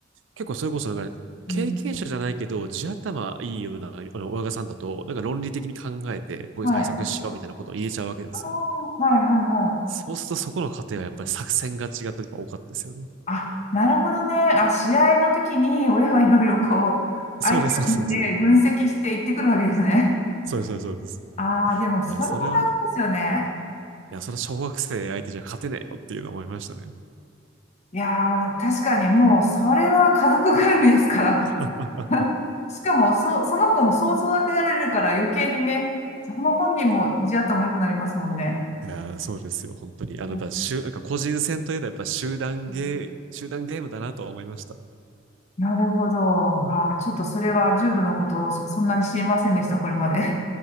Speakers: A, on the right; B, on the left.
A: 結構それこそなんか、
B: うん、
A: 経験者じゃないけど、地頭いいような、あの、親御さんだと、なんか論理的に考えて、こういう対策しようみたいなことを言えちゃうわけですよ。
B: はい。ああ、はいはいは
A: そうするとそこの過程はやっぱり作戦が違ったりとか多かったですよね。
B: い。あ、なるほどね。あ、試合の時に親はいろいろこう、相手を見て分析して行ってくるわけですね。
A: そうです、そうです。そうです、そうです、そうです。
B: ああ、でもそれも大事ですよね。
A: いや、それは、いや、それは小学生相手じゃ勝てないよっていうのを思いましたね。
B: いやー、確かにもうそれは家族ぐるみですから。
A: あ
B: しかも、そ、その子もそう育てられるから余計にね、その本人も地頭良くなりますもんね。
A: いや、そうですよ、本当に。あの、
B: う
A: やっぱ、集なんか個人戦といえばやっぱ集団ゲー、
B: ん
A: 集団ゲームだなとは思いました。
B: なるほど。ああ、ちょっとそれは重度のことをそそんなに知りませんでした、これまで。